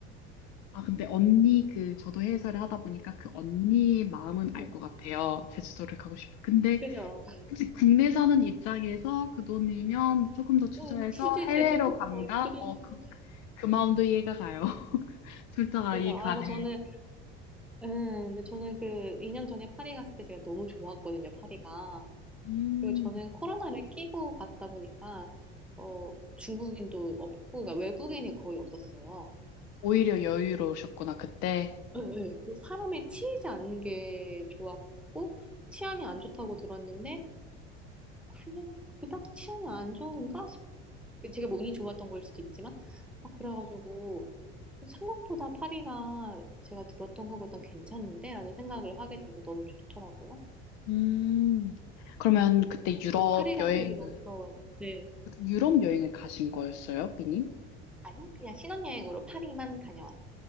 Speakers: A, on the left; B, in the centre.
A: 아, 근데 언니 그 저도 해외사를 하다 보니까 그 언니의 마음은 알
B: 네.
A: 것 같아요. 제주도를 가고 싶어. 근데
B: 그죠?
A: 혹시 국내 사는 입장에서 그 돈이면 조금 더 투자해서
B: 응, 굳이
A: 해외로
B: 제주도?
A: 간다?
B: 막그돈
A: 어,
B: 주고.
A: 그, 그 마음도 이해가 가요. 둘 다가
B: 그죠?
A: 이 간을.
B: 아, 그래서 저는, 음, 근데 저는 그 2년 전에 파리 갔을 때 제가 너무 좋았거든요, 파리가.
A: 음,
B: 그리고 저는 코로나를 끼고 가다 보니까, 어, 중국인도 없고, 그러니까 외국인이 거의 없었어요.
A: 오히려 여유로우셨구나, 그때.
B: 예, 예. 그 사람에 치이지 않는 게 좋았고, 치안이 안 좋다고 들었는데, 그냥 그닥 치안이 안 좋은가 그 제가 뭐 운이 좋았던 걸 수도 있지만 아, 그래가지고 생각보다 파리가 제가 들었던 것보단 괜찮은데 라는 생각을 하게 돼서 너무 좋더라고요.
A: 음. 그러면 그때
B: 그래서
A: 유럽
B: 좀 파리 가시는
A: 여행을,
B: 게 너무 부러워요. 네.
A: 유럽 여행을 가신 거였어요, 비님?
B: 아니 그냥 신혼여행으로 파리만 다녀왔어요.